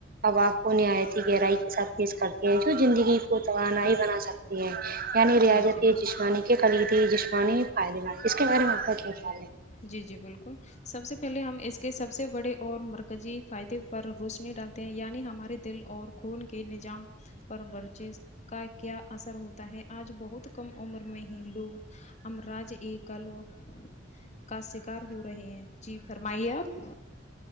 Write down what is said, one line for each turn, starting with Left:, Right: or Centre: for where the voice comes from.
Right: اواب کو نہایت گہرائی کے ساتھ تیز کرتے ہیں جو زندگی کو توانائی بنا سکتے ہیں یعنی ریاضت
Left: جی جی
Right: جسمانی کے کلید جسمانی فائدے مند اس کے بارے میں آپ کو چچا لیں
Left: جی جی بالکل سب سے پہلے ہم کے سب سے بڑے اور مرکزی فائدے پر روشنی ڈالتے ہیں یعنی ہمارے دل اور خون کے نظام پر ورذیش کا کیا اثر ہوتا ہے آج بہت کم عمر میں ہی لوگ ہم راز اک کل وہ کا سکار ہو رہے ہیں جی فرمائیے آپ